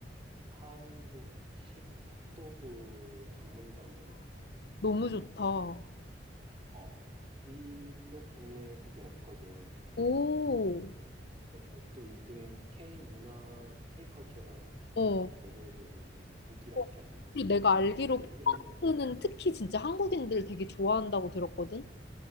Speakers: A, on the right; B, on the left.
A: 한국식 핫도그 전문점을 열 거야.
B: 너무 좋다. 어.
A: 어, 이쪽 동네에 그게 없거든.
B: 오.
A: 그래서 또 요즘 K 문화가, K 컬처가
B: 어.
A: 어, 전 세계적으로 좀 인기가
B: 어.
A: 있잖아.
B: 그리고 내가 알기로
A: 그 흐름에,
B: 포크는 특히 진짜 한국인들 되게 좋아한다고 들었거든.